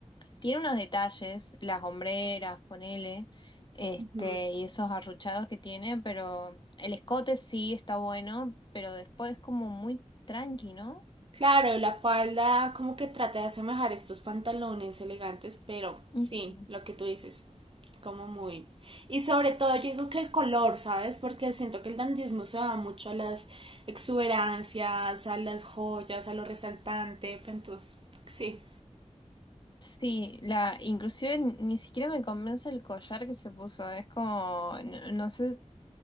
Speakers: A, on the left; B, on the right.
A: Tiene unos detalles, las hombreras, ponele, este,
B: Ujú.
A: y esos arruchados que tiene, pero el escote sí está bueno, pero después es como muy tranqui, ¿no?
B: Claro, la falda como que trata de asemejar estos pantalones elegantes, pero
A: Mm.
B: sí, lo que tú dices, como muy... Y sobre todo yo digo que el color, ¿sabes? Porque siento que el dandismo se va mucho a las exuberancias, a las joyas, a lo resaltante, pero entonces, sí,
A: Sí, la, inclusive ni siquiera me convence el collar que se puso, es como, no, no sé,